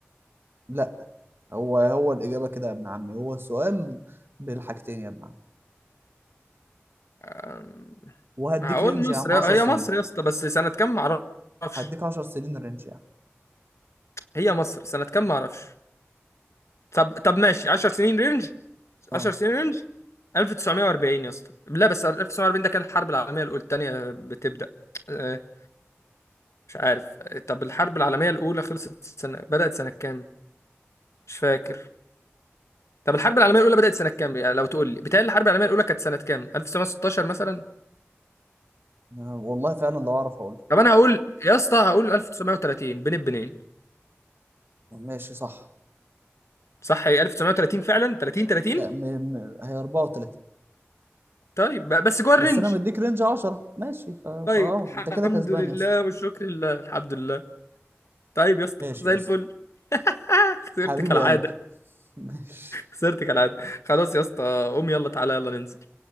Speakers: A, on the right; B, on the left.
A: لا هو هو الاجابه كده يا ابن عمي هو السؤال بالحاجتين يا ابن عمي
B: أم،
A: وهديك
B: هقول
A: رينج يا
B: مصر
A: عم
B: يا-
A: 10
B: هي
A: سنين
B: مصر يا اسطى بس سنة كام معرفش
A: هديك 10 سنين رينج يعني
B: هي مصر سنة كام معرفش طب طب ماشي 10 سنين رينج
A: اه
B: 10 سنين رينج 1940 يا اسطى لا بس 1940 ده كان الحرب العالمية الأولى التانية بتبدأ آه، مش عارف آه، طب الحرب العالمية الأولى خلصت سنة بدأت سنة كام مش فاكر طب الحرب العالميه الاولى بدات سنه كام يعني لو تقول لي بتهيألي الحرب العالميه الاولى كانت سنه كام 1916 مثلا
A: آه، والله فعلا لو اعرف اقول
B: طب انا هقول يا اسطى هقول 1930 بين البنين
A: ماشي صح
B: صح هي 1930 فعلا 30 30
A: لا م... م... هي 34
B: طيب ب- بس جوه الرينج
A: بس انا مديك رينج 10 ماشي ف... فاه
B: طيب الحمد
A: انت كده كسبان
B: لله
A: يا اسطى
B: والشكر لله الحمد لله طيب يا اسطى
A: ماشي
B: زي
A: يا
B: الفل
A: اسطى
B: <laughs> خسرت
A: حبيبي
B: كالعاده
A: يا قلبي <laughs> ماشي
B: خسرت كالعاده خلاص يا اسطى قوم يلا تعالى يلا ننزل